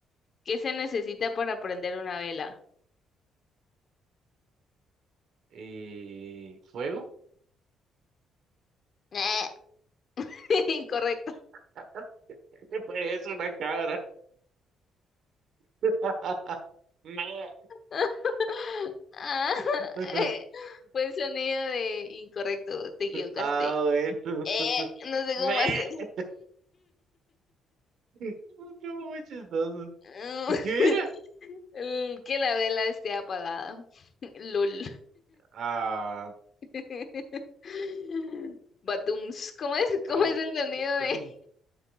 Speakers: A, on the left; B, on the right.
A: ¿Qué se necesita para prender una vela?
B: Eh, ¿fuego?
A: <laughs> Incorrecto.
B: <laughs> Pues es una cabra. <laughs> Me.
A: <laughs> Ah,
B: <laughs>
A: eh, fue el sonido de incorrecto, te equivocaste.
B: Ah, bueno.
A: Eh, no sé
B: Me.
A: cómo hacerlo.
B: <laughs> Estuvo muy chistoso.
A: <laughs>
B: ¿Qué era?
A: El Que la vela esté apagada. <laughs> LOL.
B: Ah,
A: <laughs> Batums. ¿Cómo es?
B: ah,
A: ¿Cómo es el sonido de,
B: badum,